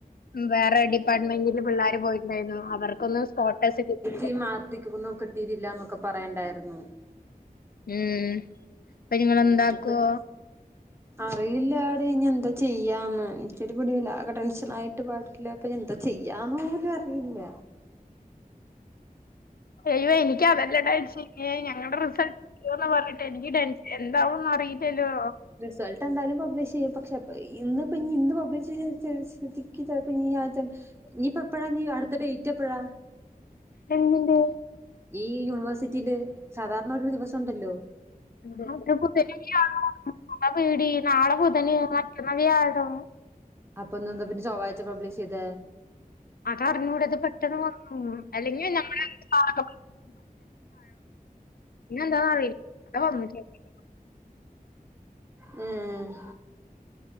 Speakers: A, on the left; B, on the right.
A: ഉം വേറെ ടി പ്പാർട്ട്മെന്റില് പിള്ളാര് പോയിട്ട്ണ്ടായിരുന്നു അവർക്കൊന്നും സ്പോർട്ടേയ്സ് കിട്ടിയില്ല
B: <unintelligible> മാർത്തിക്ക് ഒന്നും കിട്ടിയിറ്റില്ലന്നൊക്കെ പറയ്ണ്ടായിരുന്നു
A: ഉം അപ്പ ഇഞ് ഇങ്ങള്
B: ഉം
A: എന്താക്കോ
B: ഇപ്പ അറിയില്ലാടി ഇനി എന്താ ചെയ്യാന്ന് ഇൻക്കൊരു പിടിയില്ല ആകെ ടെൻഷനായിട്ട് പാടില്ല അപ്പൊ ഇഞ് എന്താ ചെയ്യാന്ന് പോലും അറിയില്ല
A: അയ്യോ എനിക്ക് അതല്ല ടെൻഷൻ ഇഞ് ഞങ്ങടെ റിസൾ റ്റ്ന്ന് പർഞ്ഞിട്ട് എനിക്ക് ടെൻഷൻ എന്താവുംന്ന് അറിയില്ലല്ലോ
B: റിസൾട്ട് എന്തായാലും പബ്ലിഷ് യ്യും പക്ഷെ ഇന്ന് ഇപ്പഞ്ഞി ഇന്ന് പബ്ലിഷ് ഇനി ചിലപ്പോ ഈ ആഴ്ച ഞ്ഞ് എപ്പഴാ ഞ്ഞ് അടുത്ത ഡേറ്റ് എപ്പഴാ
A: എന്തിൻ്റെ
B: ഈ യൂണിവേഴ്സിറ്റില് സാധാരണ ഒരു ദിവസം ണ്ടല്ലോ
A: <inaudible> അതാ പേടി നാളെ ബുധന് മറ്റന്ന വ്യാഴം
B: അപ്പൊ ഇന്ന് എന്താ പിന്നെ ചൊവ്വാഴ്ച പബ്ലിഷിത
A: അതറിഞ്ഞൂട ഇത് പെട്ടെന്ന് വ ഉം അല്ലെങ്കിൽ നമ്മള് <unintelligible> പിന്നെ എന്താ ന്നറിയാ <unintelligible>
B: ഉം